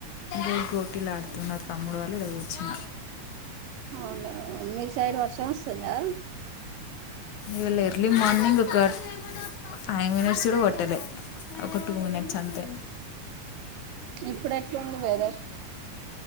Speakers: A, on the left; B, on the right.
A: ఇ గోట్లాడుతున్నారు తమ్ముడు వాళ్ళు ఇలాగ వచ్చిన
B: అవును మీ సైడ్ వర్షం వస్తుందా
A: ఇవాళ ఎర్లీ మార్నింగ్ ఒక ఫైవ్ మినిట్స్ కూడా కొట్టలే ఒక టూ మినిట్స్ అంతే
B: ఇప్పుడు ఎట్లుంది బదర్